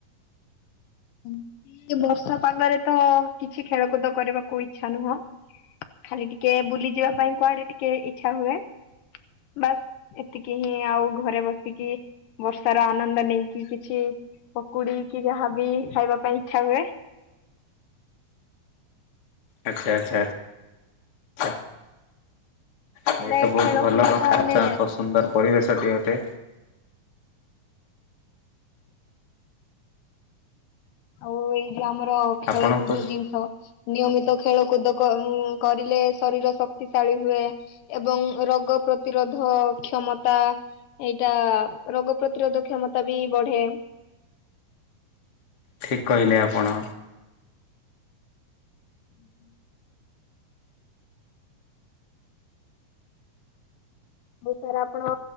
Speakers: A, on the left; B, on the left.
A: <inaudible> ଏଇ ବର୍ଷା ପାଗରେ ତ କିଛି ଖେଳକୁଦ କରିବାକୁ ଇଚ୍ଛା ନୁହଁ। ଖାଲି ଟିକେ ବୁଲି ଯିବା ପାଇଁ କୁଆଡେ ଟିକେ ଇଛା ହୁଏ। ବାସ୍। ଏତିକି ହିଁ, ଆଉ ଘରେ ବସିକି ବର୍ଷାର ଆନନ୍ଦ ନେଇକି କିଛି ପକୁଡି କି ଯାହାବି ଖାଇବା ପାଇଁ ଇଛା ହୁଏ।
B: ଆଚ୍ଛା ଆଛା ଆଛା
A: ହେଲେ
B: ଏଇ ତ ବହୁତୁ
A: ଖେଳକୁଦ
B: ଭଲ କଥା।
A: ଟା ମାନେ
B: ପସନ୍ଦର ପରିବେଶ ଟିଏ ଅଟେ।
A: ଆଉ ଏଇ ଯୋଉ ଆମର ଖେଳକୁଦ
B: ଆପଣଙ୍କୁ
A: ଜିନିଷ ନିୟମିତ ଖେଳକୁଦ କ କରିଲେ ଶରୀର ଶକ୍ତିଶାଳୀ ହୁଏ। ଏବଂ ରୋଗ ପ୍ରତିରୋଧ କ୍ଷମତା ଏଇଟା ରୋଗ ପ୍ରତିରୋଧ କ୍ଷମତା ବି ବଢେ।
B: ଠିକ୍ କହିଲେ ଆପଣ।
A: ହୁଁ ହୁଁ ମୁଁ ସାର୍ ଆପଣ